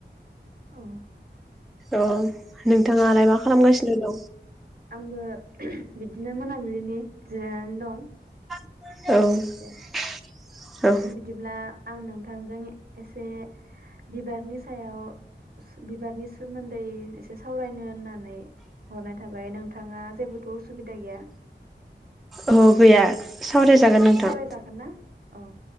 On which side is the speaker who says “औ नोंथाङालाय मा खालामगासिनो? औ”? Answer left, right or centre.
Centre